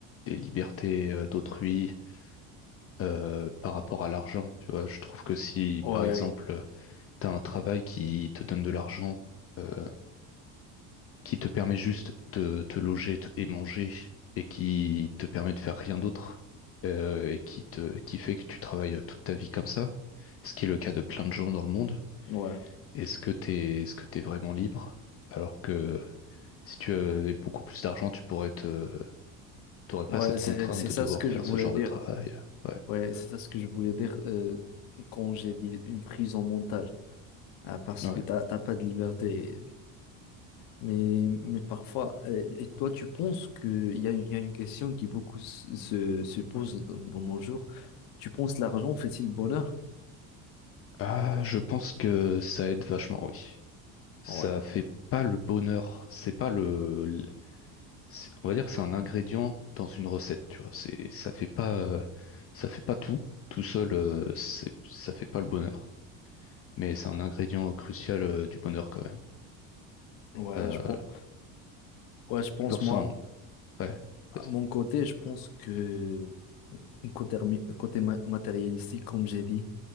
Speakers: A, on the left (about 35°); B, on the left (about 60°).
A: des libertés euh, d'autrui euh, par rapport à l'argent. Tu vois, je trouve que si,
B: Ouais,
A: par exemple, tu as un travail qui te donne de l'argent, euh, qui te permet juste de te loger te- et manger et qui te permet de faire rien d'autre euh, et qui te qui fait que tu travailles euh, toute ta vie comme ça, ce qui est le cas de plein de gens dans le monde.
B: ouais,
A: Est-ce que t'es est-ce que t'es vraiment libre? Alors que si tu avais beaucoup plus d'argent, tu pourrais te t'aurais pas
B: ouais,
A: cette
B: c'est
A: contrainte
B: c'est
A: de
B: ça
A: devoir
B: ce que
A: faire
B: je voulais
A: ce genre
B: dire.
A: de travail. Ouais,
B: Ouais, c'est ça ce que je voulais dire euh, quand j'ai dit une prison mentale, Ah, parce
A: ouais.
B: que t'as t'as pas de liberté. Mais mais parfois, euh, et toi, tu penses que il y a, une- il y a une question qui beaucoup se se se pose dans, dans nos jours. Tu penses l'argent fait-il bonheur?
A: Ah, je pense que ça aide vachement, oui. Ça
B: Ouais.
A: fait pas le bonheur, c'est pas le c'est- on va dire que c'est un ingrédient dans une recette, tu vois. C'est, ça fait pas, euh, ça fait pas tout. Tout seul, euh, c'est, ça fait pas le bonheur. Mais c'est un ingrédient euh, crucial, euh, du bonheur quand même.
B: Ouais,
A: Euh,
B: je pense, ouais, je pense,
A: je le ressens.
B: moi,
A: Ouais.
B: à
A: Vas-y.
B: mon côté, je pense que côté, remi- côté ma- matérialistique, comme j'ai dit,